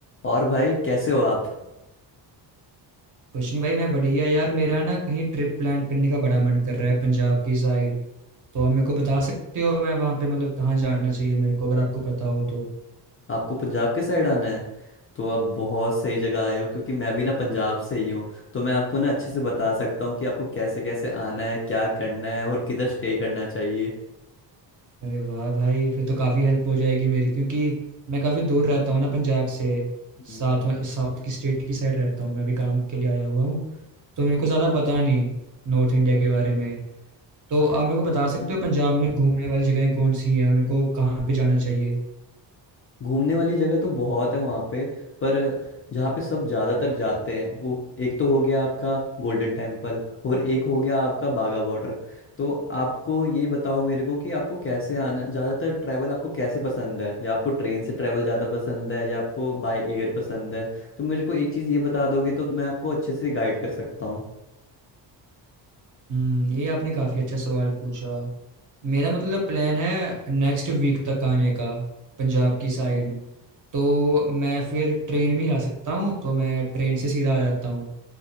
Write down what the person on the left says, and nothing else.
और भाई कैसे हो आप
आपको पंजाब के साइड आना है तो आप बहुत सही जगह आए हो क्योंकि मैं भी ना पंजाब से ही हूँ तो मैं आपको ना अच्छे से बता सकता हूँ कि आपको कैसे कैसे आना है क्या करना है और किधर स्टे करना चाहिए
हम्म,
हम्म,
yeah.
घूमने वाली जगह तो बहुत है वहाँ पे पर जहाँ पे सब ज़्यादातर जाते हैं वो एक तो हो गया आपका गोल्डन टेम्पल और एक हो गया आपका बागा बॉर्डर तो आपको ये बताओ मेरे को कि आपको कैसे आना ज़्यादातर ट्रैवल आपको कैसे पसंद है या आपको ट्रेन से ट्रैवल ज़्यादा पसंद है या आपको बाय एयर पसंद है तो मेरे को एक चीज़ ये बता दोगे तो मैं आपको अच्छे से गाइड कर सकता हूँ
हम्म।